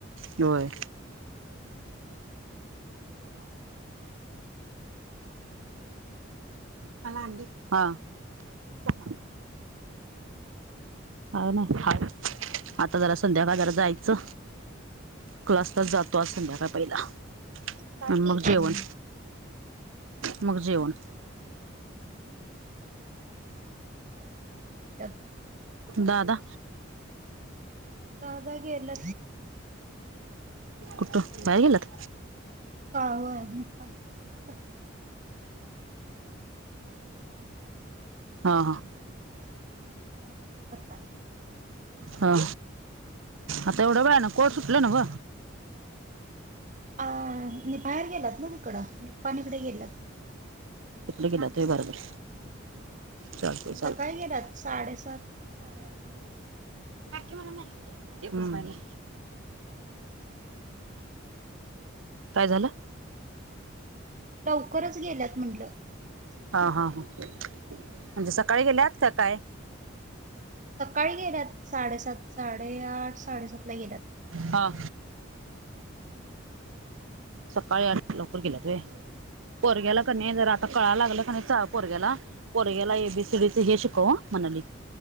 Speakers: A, on the right; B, on the right.
A: होय
B: हो गरा वगैरे भाजून व्यवस्थित चांगलं झालतं ते
A: मला अंडी हा सहा
B: हम्
A: का नाही हा आता जरा संध्याकाळर जायचं क्लासलाच जातो अस संध्याका पहिला मग जेवण
B: हा.
A: मग जेवण
B: त्यात पोर येतात
A: दादा
B: दादा गेल
A: कुठं बाहेर गेलंत
B: ह होय निपाणीला गेल्यात तिकड काम आहे
A: हा हा
B: गेलात सकाळी लवकर अजून का पत्ता नाही यायचा
A: ह आता एवढं वेळानं ना कोर्ट सुटलं नव
B: अ नि बाहेर गेलात ना तिकडं निप्पाानिकडे गेलत
A: तिकडे गेला तोय बरोबर
B: हा
A: चालते
B: ते
A: चालते
B: सकाळी गेलात साडेसात साडेआठ ला गेलात
A: नक्की मला मॅगी द्यान एक हम
B: साडेसात साडेआठ ला गेलात लवकरच
A: काय झालं
B: लवकरच गेल्यात म्हटलं सकाळी
A: हा हा ह
B: येतील
A: म्हणजे
B: थोड्या
A: सकाळी
B: वेळानं
A: गेल्यात का काय
B: सकाळी गेल्यात साडेसात साडेआठ साडेसात ला गेल्यात
A: हा
B: हम्म
A: सकाळी आठ
B: तर बघायचं
A: लवकर गेला
B: फोन
A: तु
B: लावून
A: पर
B: होय
A: ग्याला का नाही जरा आता कळाला लागलं का नाही च पोरग्याला पोरग्याला एबीसीडीच
B: हा,
A: हे शिकव म्हणाली